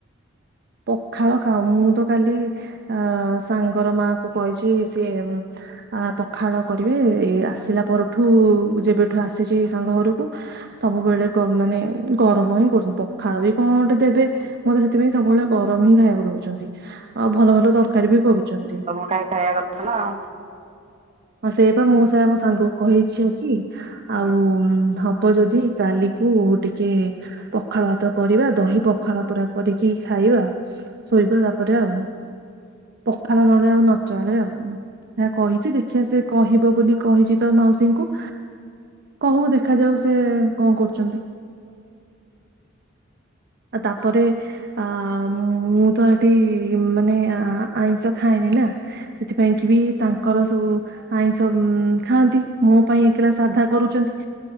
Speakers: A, on the right; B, on the right.
A: ପଖାଳ ଖାଅ ମୁଁ ତ କାଲି ଅଁ ଅଁ ସାଙ୍ଗର ମା କୁ କହିଚି ସିଏ ଆ ପଖାଳ କରିବେ ଏ ଆସିଲା ପରଠୁ ଯେବେଠୁ ଆସିଚି ସାଙ୍ଗ ଘରୁକୁ ସବୁବେଳେ ଗ ମାନେ ଗରମ ହିଁ କରୁଚନ୍ତି ପଖାଳ ବି କଣଗୋଟେ ଦେବେ ମତେ ସେଥିପାଇଁ ସବୁବେଳେ ଗରମ ହିଁ ଖାଇବାକୁ ଦଉଚନ୍ତି। ଆଉ ଭଲ ଭଲ ତରକାରୀ ବି କରୁଚନ୍ତି।
B: ଖାଇ ଖାଇବା କଥା ନା ଆଉ।
A: ହଁ ସେଇପା ମୁଁ ସେଇଆ ମୋ ସାଙ୍ଗକୁ କହିଛି ଆଜି ଆଉ ଉ ମ୍ ହବ ଯଦି କାଲି କୁ ଟିକେ ପଖାଳ ଭାତ କରିବା ଦହି ପଖାଳ ପୁରା କରିକି ଖାଇବା। ଶୋଇବା ତାପରେ ଆଉ। ପଖାଳ ନହେଲେ ଆଉ ନଚଳେ ଆଉ ହେଇଆ କହିଚି ଦେଖ ଖିଆ ସେ କହିବ ବୋଲି କହିଚି ତ ମାଉସୀଙ୍କୁ। କହୁ ଦେଖାଯାଉ ସେ କଣ କରୁଚନ୍ତି। ଆ ତାପରେ ଆ ଆ ଆ ମ୍ ମୁଁ ମୁଁ ତ ହେଠି ମାନେ ଆଁ ଆଁ ଆଇଁଷ ଖାଇନି ନା ସେଥିପାଇଁ କି ବି ତାଙ୍କ କର ସବୁ ଆଇଁଷ ଉଁ ଉଁ ମ୍ ଖାଆନ୍ତି ମୋ ପାଇଁ ଏକେଲା ସାଧା କରୁଚନ୍ତି।